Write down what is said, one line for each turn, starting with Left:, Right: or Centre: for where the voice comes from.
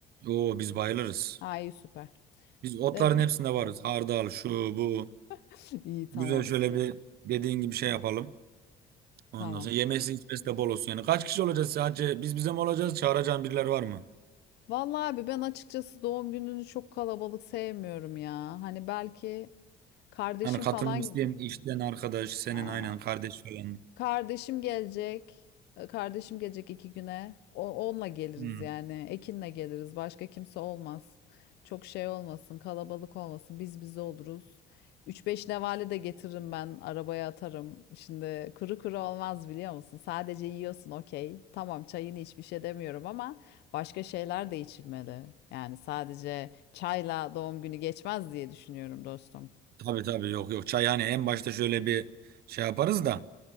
Right: Oo biz bayılırız.
Left: Ay süper.
Right: Biz otların
Left: Dere.
Right: hepsinde varız. Hardal şu bu.
Left: <laughs> İyi tamam
Right: Güzel şöyle
Left: süper.
Right: bir dediğin gibi şey yapalım. Ondan
Left: Tamam.
Right: sonra yemesi içmesi de bol olsun. Yani kaç kişi olacağız sadece? Biz bize mi olacağız? Çağıracağın birileri var mı?
Left: Vallahi abi ben açıkçası doğum gününü çok kalabalık sevmiyorum ya. Hani belki kardeşim
Right: Hani katılmak
Left: falan
Right: isteyen işten arkadaş, senin
Left: Aa,
Right: aynen kardeş falan.
Left: Kardeşim gelecek. E, Kardeşim gelecek iki güne. O- onunla geliriz
Right: Hmm.
Left: yani. Ekin'le geliriz. Başka kimse olmaz. Çok şey olmasın, kalabalık olmasın. Biz bize oluruz. Üç beş nevale de getiririm ben. Arabaya atarım. Şimdi kuru kuru olmaz biliyor musun? Sadece yiyorsun okey. Tamam çayını iç bir şey demiyorum ama başka şeyler de içilmeli. Yani sadece çayla doğum günü geçmez diye düşünüyorum dostum.
Right: Tabii tabii yok yok. Çay hani en başta şöyle bir şey yaparız da.